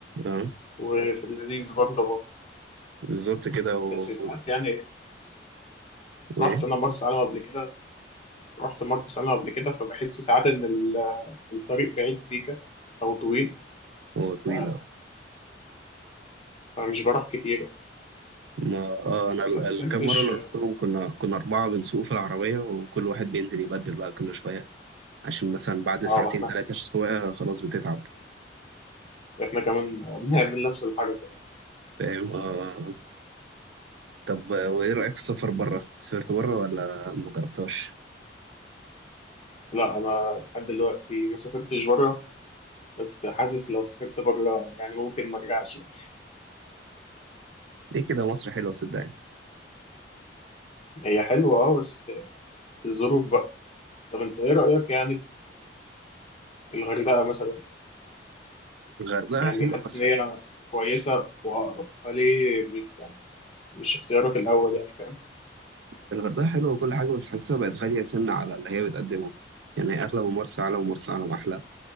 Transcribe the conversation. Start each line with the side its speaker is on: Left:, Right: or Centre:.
Right: آه
Left: وفي اللذيذ برضه اه
Right: بالظبط كده و...
Left: بس ساعات
Right: و...
Left: يعني
Right: وإيه؟
Left: رحت انا مرسى علم قبل كده رحت مرسى علم قبل كده فبحس ساعات ان ال- الطريق بعيد سيكه او طويل
Right: هو طويلة
Left: ف- فمش بروح كتير أو
Right: ما اه انا ال-
Left: ما بحبش
Right: الكام مره اللي رحتهم كنا كنا اربعه بنسوق في العربيه وكل واحد بينزل يبدل بقى كل شويه عشان مثلا بعد
Left: اه
Right: ساعتين
Left: ما احنا
Right: ثلاثه سواقه خلاص بتتعب
Left: احنا كمان <laughs> بنعمل نفس الحركه
Right: فاهم آه طب آه، وايه رايك في السفر بره سافرت بره ولا ما جربتهاش
Left: لا انا لحد دلوقتي ما سافرتش بره بس حاسس لو سافرت بره يعني ممكن ما ارجعش يعني.
Right: ليه كده مصر حلوه صدقني
Left: هي حلوه اه بس الظروف بقى طب انت ايه رايك يعني في الغردقه مثلا
Right: الغردقه
Left: يعني
Right: حلوه
Left: حاسس
Right: بس
Left: ان هي
Right: حاسس
Left: كويسه واقرب فليه مش- يعني مش اختيارك الاول يعني فاهم
Right: الغردقه حلوه وكل حاجه بس حاسسها بقت غاليه سنه على اللي هي بتقدمه يعني اغلى من مرسى علم ومرسى علم احلى